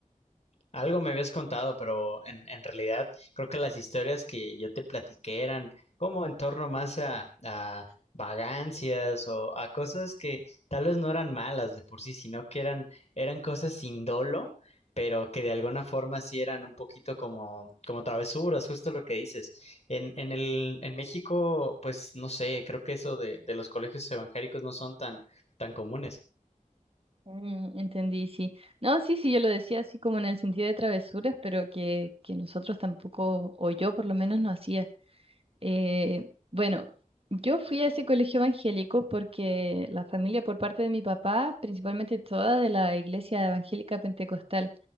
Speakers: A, on the left; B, on the right.
A: Algo me habías contado, pero en, en realidad creo que las historias que yo te platiqué eran como en torno más a, a vagancias o a cosas que tal vez no eran malas de por sí, sino que eran, eran cosas sin dolo, pero que de alguna forma sí eran un poquito como, como travesuras, justo lo que dices. En, en el, en México, pues no sé, creo que eso de, de los colegios evangélicos no son tan, tan comunes.
B: Mm, entendí, sí. No, sí, sí, yo lo decía así como en el sentido de travesuras, pero que, que nosotros tampoco, o yo por lo menos no hacía. Eh, bueno, yo fui a ese colegio evangélico porque la familia por parte de mi papá, principalmente toda de la iglesia evangélica pentecostal,